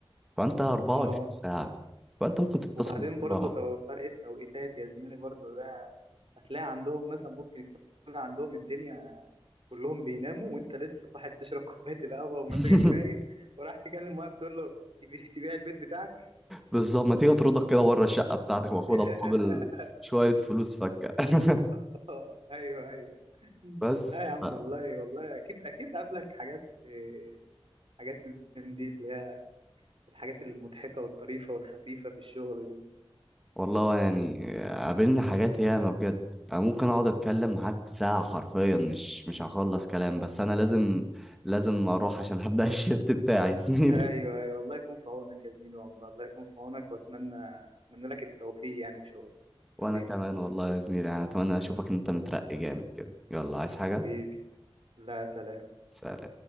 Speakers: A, in the centre; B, on the right.
A: فانت 24
B: اه
A: ساعه فانت ممكن تتصل
B: وبعدين
A: بره
B: برضه تو- فرق التوقيتات يا زميلي برضه ده هتلاقي عندهم مثلا ممكن يكون عندهم الدنيا كلهم بيناموا وانت لسه صاحي بتشرب <laughs> كوبايه القهوه ومزاجك
A: <laughs>
B: رايق وراح تكلم واحد بتقول له تبي- تبيع البيت بتاعك
A: بالظبط ما تيجي اطردك كده بره الشقه بتاعتك واخدها
B: <laughs>
A: مقابل شويه فلوس فكه <laughs>
B: <laughs> اه ايوه ايوه
A: بس
B: لا يا عم
A: ف-
B: والله والله اكيد اكيد قابلك حاجات إيه، حاجات من دي اللي هي الحاجات المضحكه والطريفه والخفيفه في الشغل دي
A: والله يعني قابلني حاجات ياما بجد انا ممكن اقعد اتكلم معاك ساعة حرفيا مش مش هخلص كلام بس انا لازم لازم اروح عشان هبدأ <laughs> الشيفت بتاعي يا زميلي
B: ايوه ايوه الله يكون في عونك يا زميلي والله الله يكون في عونك واتمنى اتمنى لك التوفيق يعني في شغلك
A: وانا
B: حبيبي
A: كمان والله يا زميلي انا اتمنى اشوفك انت مترقي جامد كده يلا عايز حاجة
B: حبيبي لا سلام
A: سلام